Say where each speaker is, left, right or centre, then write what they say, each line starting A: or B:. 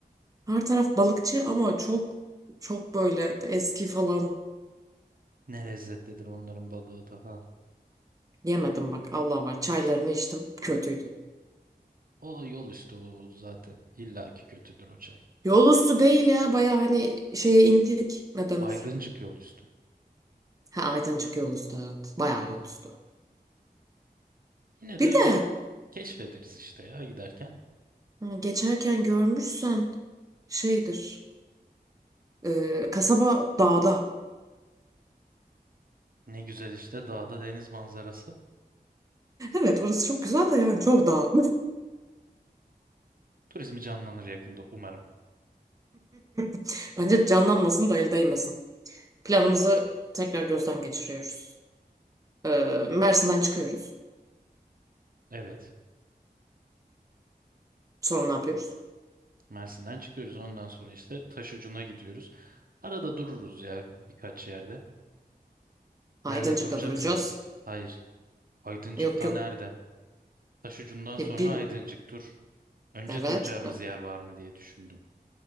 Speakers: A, on the right (about 20°); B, on the right (about 60°).
A: Her taraf balıkçı ama çok çok böyle eski falan.
B: Ne lezzetlidir onların balığı da ha.
A: Yemedim bak Allah var çaylarını içtim kötüydü.
B: O yol üstü o zaten. İlla ki kötüdür o çay.
A: Yol üstü değil ya baya hani şeye indik ne denir?
B: Aydıncık yol üstü.
A: Ha Aydıncık yol üstü evet baya yol üstü.
B: Yine
A: Bir
B: de öyle
A: de
B: keşfederiz işte ya giderken.
A: ha, geçerken görmüşsen şeydir e, kasaba dağda.
B: Ne güzel işte dağda deniz manzarası.
A: Evet orası çok güzel de yani çok dağ.
B: Turizmi canlanır yakında umarım.
A: <laughs> Bence canlanmasın da el değmesin. Planımızı tekrar gözden geçiriyoruz. E, Mersin'den çıkıyoruz.
B: Evet.
A: Sonra ne yapıyoruz?
B: Mersin'den çıkıyoruz. Ondan sonra işte Taşucu'na gidiyoruz. Arada dururuz ya birkaç yerde.
A: Aydıncık'ta
B: Nerede duracaksa.
A: duracağız.
B: Hayır. Aydıncık'ta
A: Yok yok.
B: nerede? Taşucu'ndan sonra
A: E, bir,
B: Aydıncık dur. Önce
A: evet.
B: duracağımız yer var mı diye düşündüm.